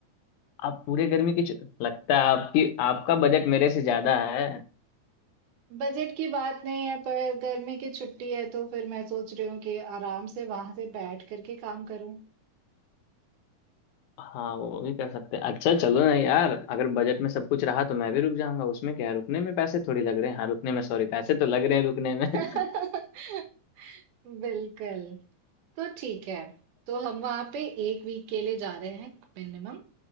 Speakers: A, on the left; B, on the right.
A: आप पूरे गर्मी की छु- लगता है आपकी आपका बजट मेरे से ज्यादा है
B: बजट की बात नहीं है पर गर्मी की छुट्टी है तो फिर मैं सोच रही हूँ कि आराम से वहां से बैठ करके काम करूँ
A: हाँ वो भी कर सकते हैं अच्छा चलो ना यार अगर बजट में सब कुछ रहा तो मैं भी रुक जाऊंगा उसमें क्या है, रुकने में पैसे थोड़ी लग रहे हैं हाँ रुकने में सॉरी पैसे तो लग रहे हैं रुकने में
B: <laughs>
A: <laughs>
B: बिल्कुल। तो ठीक है। तो हम वहाँ पे 1 वीक के लिए जा रहे हैं मिनिमम